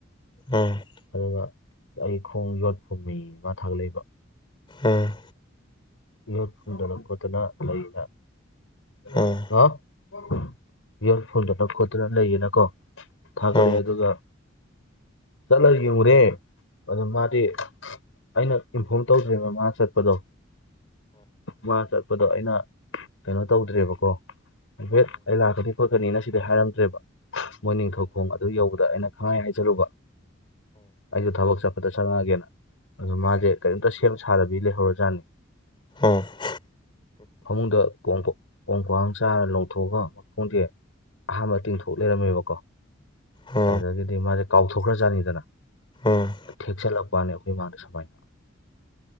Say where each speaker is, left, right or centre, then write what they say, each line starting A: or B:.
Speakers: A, on the left; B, on the left.
A: ꯎꯝ
B: ꯑꯗꯨꯒ ꯑꯩꯒꯤ ꯈꯣꯡ ꯌꯣꯠꯄꯨꯝꯃꯤ ꯃꯥ ꯊꯥꯒꯠꯂꯛꯏꯕ
A: ꯎꯝ
B: ꯌꯣꯠ ꯐꯨꯝꯗꯣꯛꯔꯛꯄꯗꯨꯅ <unintelligible>
A: ꯎꯝ
B: ꯌꯣꯠ ꯐꯨꯝꯗꯣꯛꯔꯛꯄꯥꯗꯨꯅꯥ ꯂꯩꯌꯦꯅꯀꯣ ꯊꯥꯒꯠꯂꯛꯦ
A: ꯎꯝ
B: ꯑꯗꯨꯒ ꯆꯠꯂ ꯌꯦꯡꯉꯨꯔꯦ ꯑꯗꯣ ꯃꯥꯗꯤ ꯑꯩꯅ ꯏꯅꯐꯣꯔꯝ ꯇꯧꯗ꯭ꯔꯤꯕ ꯃꯥ ꯆꯠꯄꯗꯣ ꯃꯥ ꯆꯠꯄꯗꯣ ꯑꯩꯅ ꯀꯩꯅꯣ ꯇꯧꯗ꯭ꯔꯦꯕꯀꯣ ꯍꯦꯠ ꯑꯩ ꯂꯥꯛꯀꯅꯤ ꯈꯣꯠꯀꯅꯤꯅ ꯁꯤꯗꯤ ꯍꯥꯏꯔꯝꯗ꯭ꯔꯦꯕ ꯃꯣꯏ ꯅꯤꯡꯊꯧꯈꯣꯡ ꯑꯗꯨ ꯌꯧ ꯑꯗ ꯑꯩꯅ ꯈꯪꯍꯥꯏ ꯍꯥꯏ ꯖꯤꯜꯂꯨꯕ ꯑꯩꯁꯨ ꯊꯕꯛ ꯆꯠꯄꯗ ꯁꯪꯉꯛꯒꯦꯅ ꯑꯗꯣ ꯃꯥꯁꯦ ꯀꯔꯤꯝꯇ ꯁꯦꯝ ꯁꯥꯗꯕꯤ ꯂꯩꯍꯧꯔꯖꯥꯠꯅꯤ
A: <inaudible>
B: ꯐꯃꯨꯡꯗ <unintelligible> ꯈꯣꯡꯈ꯭ꯋꯥ ꯑꯝ ꯆꯥꯔ ꯂꯧꯊꯣꯛꯑꯒ ꯝꯈꯣꯡꯖꯦ ꯑꯍꯥꯟꯕ ꯇꯤꯡꯊꯣꯛ ꯂꯩꯔꯝꯃꯦꯕꯀꯣ
A: ꯎꯝ
B: ꯑꯗꯨꯗꯒꯤꯗꯤ ꯃꯥꯁꯦ ꯀꯥꯎꯊꯣꯛꯈ꯭ꯔꯖꯥꯠꯅꯤꯗꯅ
A: ꯎꯝ ꯎꯝ
B: ꯊꯦꯛꯆꯜꯂꯛꯄꯅꯦ ꯑꯩꯈꯣꯏ ꯏꯃꯅ ꯁꯨꯃꯥꯏꯅ